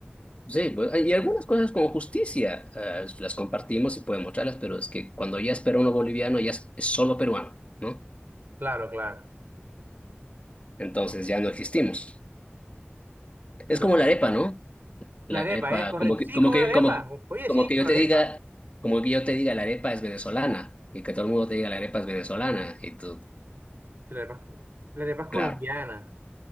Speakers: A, on the left (about 30°); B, on the right (about 55°).
A: Sí, pues, y algunas cosas como justicia, eh, las compartimos y podemos mostrarlas, pero es que cuando ya es peruano boliviano, ya es, es solo peruano, ¿no?
B: Claro, claro.
A: Entonces ya no existimos.
B: Claro.
A: Es como la arepa, ¿no? La
B: La arepa,
A: arepa,
B: es correcto.
A: como que,
B: Sí,
A: como
B: como
A: que,
B: la arepa.
A: como,
B: Oye,
A: como
B: sí,
A: que
B: como
A: yo te
B: la
A: diga,
B: arepa.
A: como que yo te diga la arepa es venezolana y que todo el mundo te diga la arepa es venezolana y tú,
B: La arepa, la arepa es colombiana.
A: claro,